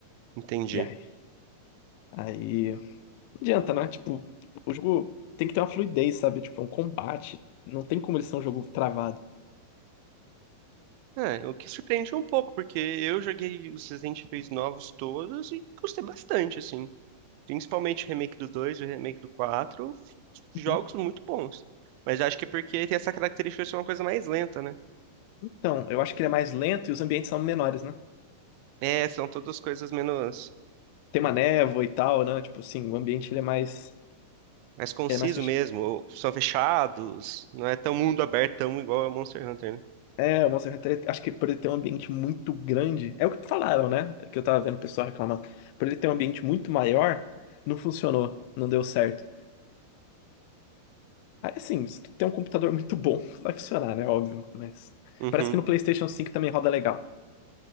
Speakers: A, on the right (about 50°); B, on the left (about 50°).
A: entendi.
B: E aí? Aí não adianta, né? Tipo, o jogo tem que ter uma fluidez, sabe? Tipo, é um combate. Não tem como ele ser um jogo travado.
A: É, o que surpreende um pouco, porque eu joguei os Resident Evil novos todos e gostei bastante, assim. Principalmente o remake do 2, e o remake do 4, jogos
B: Uhum.
A: muito bons. Mas eu acho que é porque tem essa característica de ser uma coisa mais lenta, né?
B: Então, eu acho que ele é mais lento e os ambientes são menores, né?
A: É, são todas coisas menos,
B: Tem uma névoa e tal, né? Tipo, assim, o ambiente ele é mais.
A: mais conciso
B: Ele é mais fechado.
A: mesmo, ou são fechados, não é tão mundo aberto, tão igual a Monster Hunter, né?
B: É, o Monster Hunter, acho que por ele ter um ambiente muito grande. É o que falaram, né? Que eu tava vendo o pessoal reclamar. Por ele ter um ambiente muito maior, não funcionou. Não deu certo. Aí, assim, se tu tem um computador muito bom, <laughs> vai funcionar, né? Óbvio. Mas.
A: Uhum,
B: Parece que no PlayStation cinco também roda legal.